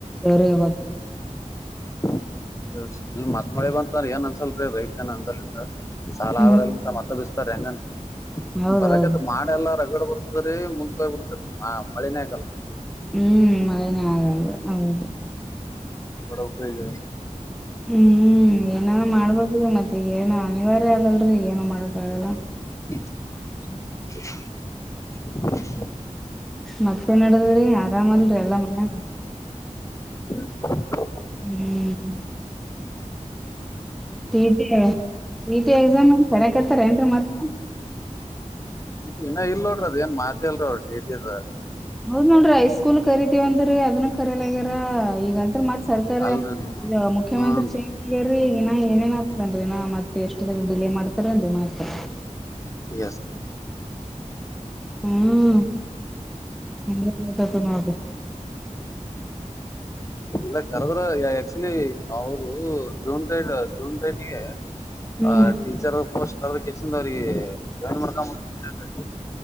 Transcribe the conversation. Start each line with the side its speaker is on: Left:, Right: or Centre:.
Centre: ಜೋರಿಗೆ ಹೋಗ್ತರಿ
Left: ಹ್ಮ ಇ ಮತ್ ಮಳೆ ಬಂತ್ರ ಏನ್ ಅನ್ಸಲ್ರಿ ರೈತ ಏನ್ ಅಂದ ಸಾಲ
Centre: ಹ್ಮ್
Left: ಆದ್ರ ಮತ್ತ ಬಿಸ ಗನ್
Centre: ಹೌದೌದು
Left: ಬರಗದ ಮಾಡೆಲ್ಲ ಪ್ರಗಡೆ ಬರ್ತದ್ರೀ ಮುಂದ್ಕೋಗ್ ಬಿಡ್ತರಿ ಹ ಮಳಿನೇಗಾಲಲ್
Centre: ಹ್ಮ್ ಮಳನೇ ಆಗೆ ಹೌದು
Left: ಬರ ಉ ಕಗ
Centre: ಹ್ಮ್ ಏನಾನ ಮಾಡ್ಬೇಕ ಮತ್ತೆ ಈಗಏನ ಅನಿವಾರ್ಯ ಅದಲ್ ಏನು ಮಾಡಕ್ಕ ಆಗಲ್ಲ
Left: <unintelligible> <inaudible> <unintelligible>
Centre: ಮತ್ತೆ ನಡದ್ರಿ ಆರಾಮಲ್ರಿ ಎಲ್ಲಾ ಮನ
Left: ಹ
Centre: ಹ್ಮ್ ಟಿ ಟಿ ಟಿ
Left: ಹ
Centre: ಎಕ್ಸಾಮ್ ಎ ಸರಿಯಕರ್ತಾರ ಏನ್ರ ಮತ್ರ
Left: ಇಏ ಇಲ್ಲ ನೋಡ್ರ ಅದ ಏನ್ ಮಾತತಿ ಅಲ್ರ ಅವ್ರ ಚೇಟಿದ
Centre: ನೋದ ನೋಡ್ರಿ ಐಸ್ಕೂಲ್ ಕರಿತೀವಂದ್ರರಿ ಅದನ ಕರಯಲ್ ಆಗ್ಯಾರ ಈಗಂತ ಮತ್ ಸರ್ಕಾರ
Left: ಅಲ್ರಿ
Centre: ಇ ಮುಖ್ಯಮಂತ್ರಿ
Left: ಹ್ಮ್
Centre: ಚೀ ಇನ್ನ ಏನೇನ್ ಆಗ್ತದನ್ರಿ ಇನ ಮತ್ತೆ ಎಷ್ಟು ಡಿಲೇ ಮಾಡ್ತಾರ ಅಮಾಡ್ಸ
Left: ಎ
Centre: ಹ್ಮ ಅ ಸತನಾಭ
Left: ಇಲ್ಲ ಕರೆದ್ರ ಆಕ್ಚುಲಿ ಅವರು ಜೂನ್ ದೇಡ್ ಜೂನ್ ದೇಡ್ಗೆ
Centre: ಹ್ಮ್
Left: ಆ ಟೀಚರ್ ಪೋಸ್ಟ್ ಕದಕ್ಕೆ ಎಷ್ಟಿಂದ ಅವ್ರಿಗೆ ಜಾಯಿನ್ ಮಾಡ್ಕ